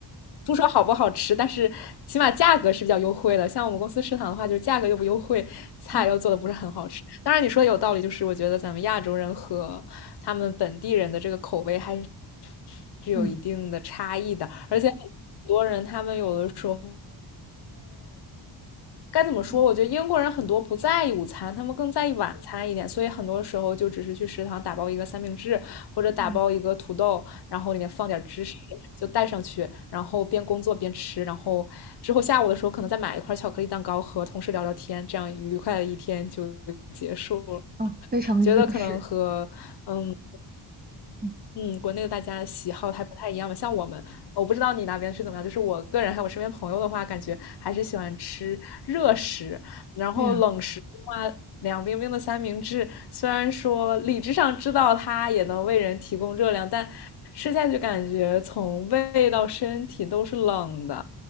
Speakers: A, on the left (about 60°); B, on the right (about 20°).
A: 不说好不好吃，但是起码价格是比较优惠的。像我们公司食堂的话，就是价格又不优惠，菜又做的不是很好吃。
B: 嗯
A: 当然你说的有道理，就是我觉得咱们亚洲人和他们本地人的这个口味还是有一定的差异的，
B: 嗯嗯
A: 而且很多人他们有的时候该怎么说？
B: 嗯
A: 我觉得英国人很多不在意午餐，他们更在意晚餐一点，所以很多时候就只是去食堂打包一个三明治，或者打包一个土豆，
B: 嗯
A: 然后里面放点芝士，就带上去，然后边工作边吃，然后之后下午的时候可能再买一块巧克力蛋糕和同事聊聊天，这样愉快的一天就结束了。
B: 嗯非常的英式。
A: 觉得可能和嗯
B: 嗯
A: 嗯，国内的大家喜好还不太一样吧？像我们，我不知道你那边是怎么样，就是我个人还有我身边朋友的话，感觉还是喜欢吃热食，然后冷食的话，
B: 对呀，
A: 凉冰冰的三明治，虽然说理智上知道它也能为人提供热量，但吃下去感觉从胃到身体都是冷的，